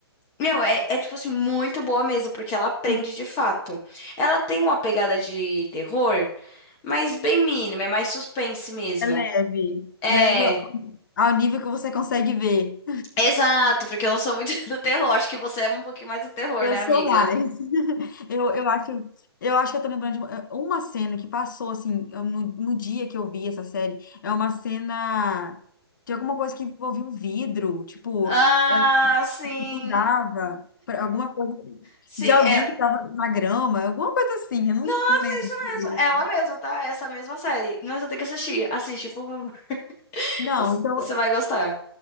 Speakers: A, on the left (about 20°); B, on the left (about 45°).
A: Meu, é, é tipo assim, muito boa mesmo, porque ela aprende
B: <laughs>
A: de fato. Ela tem uma pegada de terror, mas bem mínima, é mais suspense mesmo.
B: é leve.
A: É,
B: Leve ao nível que você consegue ver.
A: exato, porque eu não sou muito <laughs> do terror. Acho que você é um pouquinho mais do terror,
B: Eu
A: né,
B: sou
A: amiga?
B: mais. <laughs> Eu, eu acho, eu acho que eu tô lembrando de uma uma cena que passou, assim, eu- no, no dia que eu vi essa série. É uma cena de alguma coisa que envolvia um vidro. Tipo,
A: Ah,
B: ela
A: sim.
B: mudava
A: <laughs>
B: pra alguma coisa
A: sim,
B: de alguém
A: é.
B: que tava na grama, alguma coisa assim, eu não
A: Nossa,
B: lembro.
A: isso
B: direito.
A: mesmo. é Ela mesma, tá? É Essa mesma série. Nossa, tem que assistir. Assiste, por favor. <laughs>
B: Não,
A: Você
B: então
A: você vai gostar.